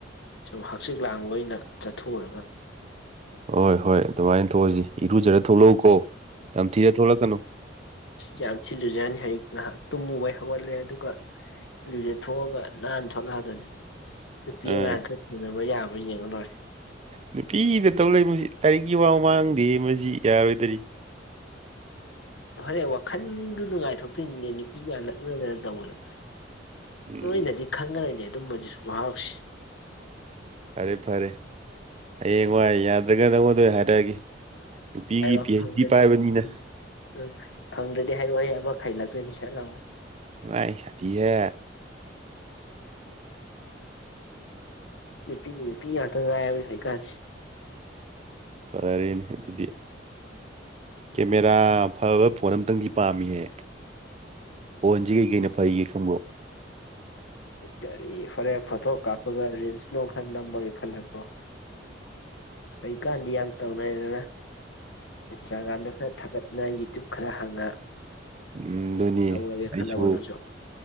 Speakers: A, on the left; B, on the right.
A: ꯁꯨꯝ ꯍꯛꯆꯤꯛ ꯂꯥꯡꯕ ꯑꯣꯏꯅ ꯊꯣꯛꯎꯔꯒ
B: ꯍꯣꯏ ꯍꯣꯏ ꯑꯗꯨꯃꯥꯏꯅ ꯊꯣꯛꯑꯁꯤ ꯏꯔꯨꯖꯔ ꯊꯣꯛꯂꯛꯎꯀꯣ ꯅꯝꯊꯤꯔ ꯊꯣꯛꯂꯛꯀꯅꯨ
A: ꯌꯥꯝ ꯊꯤ ꯂꯨꯖꯅꯤ ꯍꯧꯖꯤꯛ ꯉꯥꯏꯍꯥꯛ ꯇꯨꯝꯃꯨꯕꯩ ꯍꯧꯒꯠꯂꯦ ꯑꯗꯨꯒ ꯂꯨꯖꯥ ꯊꯣꯛꯑꯒ ꯅꯥꯟꯅ ꯊꯣꯛꯂꯛꯑꯗꯧꯅꯤ ꯅꯨꯄꯤ
B: ꯑꯥ
A: ꯑꯉꯥꯡ ꯈꯔ ꯊꯦꯡꯅꯕ ꯌꯥꯕ ꯍꯣꯔꯦꯟ ꯌꯦꯡꯑꯂꯣꯏꯔꯦ
B: ꯅꯨꯄꯤꯗ ꯇꯧ ꯂꯩ ꯃꯁꯤ ꯂꯥꯏꯔꯤꯛ ꯋꯥ ꯃꯥꯡꯗꯦ ꯃ ꯁꯤ ꯌꯥꯔꯣꯏꯗꯔꯤ
A: ꯍꯣꯔꯦꯟ ꯋꯥꯈꯟꯗꯨ ꯅꯨꯡꯉꯥꯏꯊꯣꯛꯇꯣꯏꯅꯤꯅꯦ ꯅꯨꯄꯤ ꯃꯌꯥꯝ ꯂꯛꯅꯕ ꯃꯌꯥꯝ ꯇꯧꯕꯗ
B: ꯎꯝ
A: ꯅꯣꯏꯅꯗꯤ ꯈꯪꯉꯔꯣꯏꯅꯦ ꯑꯗꯨꯝꯕꯖꯦ ꯃꯍꯥꯎꯁꯤ
B: ꯐꯔꯦ ꯐꯔꯦ ꯍꯌꯦꯡꯋꯥꯏ ꯌꯥꯗ꯭ꯔꯒ ꯅꯪꯉꯣꯟꯑꯣꯏꯅ ꯍꯥꯏꯔꯛꯑꯒꯦ ꯅꯨꯄꯤꯒꯤ
A: ꯍꯥꯏꯔꯛꯑꯣ
B: ꯄꯤ
A: ꯐꯪꯗ꯭ꯔꯗꯤ
B: ꯍꯩꯆ ꯗꯤ ꯄꯥꯏꯕꯅꯤꯅ
A: ꯎꯝ ꯐꯪꯗ꯭ꯔꯗꯤ ꯍꯥꯏꯔꯛꯑꯣ ꯑꯩ ꯑꯃ ꯈꯥꯏꯖꯤꯜꯂꯛꯇꯣꯏꯅꯤ ꯁꯠ ꯂꯥꯎꯃꯩ
B: ꯃꯥꯗꯤ ꯁꯥꯊꯤ ꯍꯦ
A: ꯅꯨꯄꯤ ꯅꯨꯄꯤ ꯉꯥꯏꯔꯃꯦ ꯍꯧꯖꯤꯛ ꯀꯥꯥꯟꯁꯦ
B: ꯐꯔꯦꯅꯦ ꯑꯗꯨꯗꯤ ꯀꯦꯃꯦꯔꯥ ꯐꯕ ꯐꯣꯟ ꯑꯝꯇꯪꯗꯤ ꯄꯥꯝꯃꯤꯍꯦ ꯐꯣꯟꯁꯤ ꯀꯩ ꯀꯩꯅ ꯐꯩꯒꯦ ꯈꯪꯕ꯭ꯔꯣ
A: ꯀꯔꯤ ꯐꯔꯦ ꯐꯊꯣ ꯀꯥꯄꯒ ꯔꯤꯟꯁ ꯅꯨꯡ ꯈꯔ ꯅꯝꯃꯥꯒ ꯈꯜꯂꯛꯄ꯭ꯔꯣ ꯀꯔꯤ ꯀꯥꯟꯗꯤ ꯌꯥꯝ ꯇꯧꯅꯩꯗꯅ ꯏꯟꯁꯇꯥꯒ꯭ꯔꯝ ꯈꯔ ꯊꯒꯠ ꯌꯨ ꯇ꯭ꯌꯨꯞ ꯈꯔ ꯍꯥꯡꯅ
B: ꯎꯝ ꯑꯗꯨꯅꯤ
A: ꯇꯧꯔꯒꯦ
B: ꯑꯩꯁꯨ
A: ꯈꯜꯂꯕ ꯅꯪꯁꯨ